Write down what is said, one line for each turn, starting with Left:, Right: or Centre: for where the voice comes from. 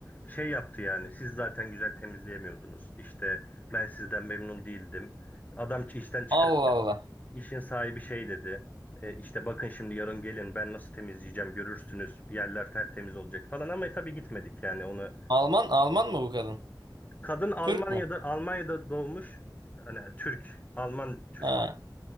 Left: Şey yaptı yani siz zaten güzel temizleyemiyordunuz. İşte ben sizden memnun değildim. Adam işten çıkarken
Right: Allah Allah.
Left: işin sahibi şey dedi. E, işte bakın şimdi yarın gelin ben nasıl temizleyeceğim görürsünüz. Yerler tertemiz olacak falan ama tabii gitmedik yani onu.
Right: Alman Alman mı bu kadın?
Left: Kadın Almanya'da
Right: Türk mü?
Left: Almanya'da doğmuş. Hani Türk, Alman Türk'ü.
Right: Ha.